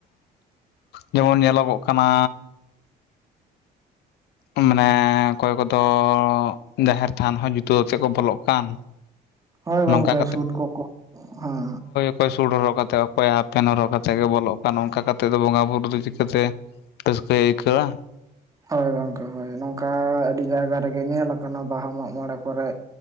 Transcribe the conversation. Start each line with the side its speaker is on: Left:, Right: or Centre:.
Left: ᱡᱮᱢᱚᱱ ᱧᱮᱞᱚᱜᱚᱜ ᱠᱟᱱᱟ ᱢᱟᱱᱮ ᱚᱠᱚᱭ ᱠᱚᱫᱚ ᱡᱟᱦᱮᱨ ᱛᱷᱟᱱ ᱦᱚᱸ ᱡᱩᱛᱟᱹ ᱠᱟᱛᱮᱫ ᱠᱚ ᱵᱚᱞᱚᱜ ᱠᱟᱱ
Right: ᱦᱚᱭ
Left: ᱱᱚᱝᱠᱟ
Right: ᱜᱚᱝᱠᱮ ᱥᱩᱫ ᱠᱚ ᱠᱚ ᱦᱮᱸ
Left: ᱠᱚᱭ ᱥᱩᱴ ᱦᱚᱨᱠᱟᱛ ᱠᱚᱭ ᱦᱟᱯᱷ ᱯᱮᱱ ᱦᱚᱨᱠᱷᱛᱮᱫ ᱜᱮ ᱵᱚᱞᱚ ᱟᱨ ᱱᱚᱝᱠᱟ ᱠᱟᱛᱮᱫ ᱫᱚ ᱵᱚᱸᱜᱟ ᱵᱩᱨᱩ ᱫᱚ ᱪᱤᱠᱟᱹᱛᱮ ᱨᱟᱹᱥᱠᱟᱹᱭ ᱟᱹᱭᱠᱟᱹᱣᱟ
Right: ᱦᱚᱭ ᱜᱚᱝᱠᱮ ᱦᱚᱭ ᱱᱚᱝᱠᱟ ᱟᱹᱰᱤ ᱡᱟᱭᱜᱟ ᱨᱮᱜᱮ ᱧᱮᱞ ᱠᱟᱱᱟ ᱵᱟᱦᱟ ᱢᱟᱜ ᱢᱚᱬᱮ ᱠᱚᱨᱮ